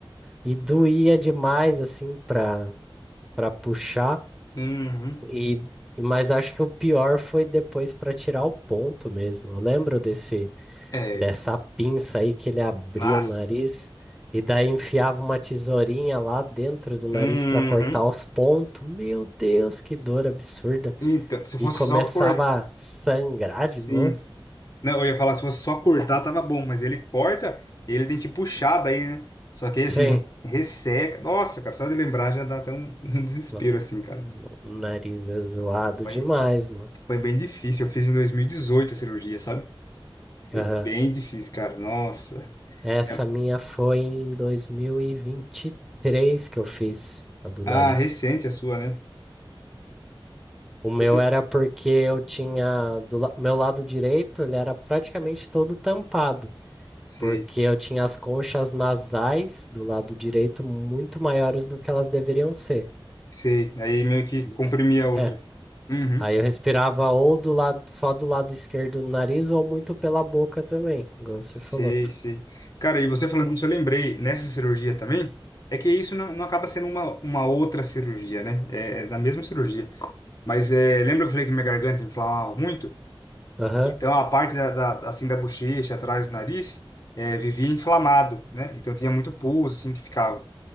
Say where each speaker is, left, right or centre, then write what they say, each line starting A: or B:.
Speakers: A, in the centre; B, on the left (about 40°).
A: E doía demais, assim, pra, pra puxar.
B: Uhum.
A: E, mas acho que o pior foi depois para tirar o ponto mesmo. Eu lembro desse,
B: É.
A: dessa pinça aí que ele abriu
B: Nossa.
A: o nariz e daí enfiava uma tesourinha lá dentro do nariz
B: Uhum.
A: para cortar os pontos. Meu Deus, que dor absurda!
B: Então, se
A: E
B: fosse
A: começava
B: só cortar.
A: a sangrar
B: Sim.
A: de novo.
B: Não, eu ia falar, se fosse só cortar, tava bom, mas ele corta, ele tem que puxar daí, né? Só que aí,
A: Sim,
B: assim, resseca. Nossa, cara, só de lembrar já dá até um, <laughs> um desespero,
A: no-
B: assim, cara.
A: no- o nariz é zoado
B: Foi,
A: demais, mano.
B: foi bem difícil. Eu fiz em 2018 a cirurgia, sabe? Foi
A: Aham.
B: bem difícil, cara. Nossa.
A: Essa
B: Minha-
A: minha foi em dois mil e e vinte e três que eu fiz, a do
B: Ah,
A: nariz.
B: recente a sua, né?
A: O meu
B: Você fe-
A: era porque eu tinha do la- o meu lado direito, ele era praticamente todo tampado,
B: Sei,
A: porque eu tinha as conchas nasais do lado direito muito maiores do que elas deveriam ser.
B: sei. Aí meio que
A: E-
B: comprimi a outra.
A: É,
B: Uhum.
A: aí eu respirava ou do lado só do lado esquerdo do nariz ou muito pela boca também, igual você
B: Sei,
A: falou.
B: sei. Cara, e você falando isso, eu lembrei, nessa cirurgia também, é que isso não, não acaba sendo uma, uma outra cirurgia, né? É, é da mesma cirurgia. Mas é, lembra que eu falei que minha garganta inflamava muito?
A: Aham,
B: Então a parte da, da- assim da bochecha, atrás do nariz, é, vivia inflamado, né? Então tinha muito pus, assim, que ficava.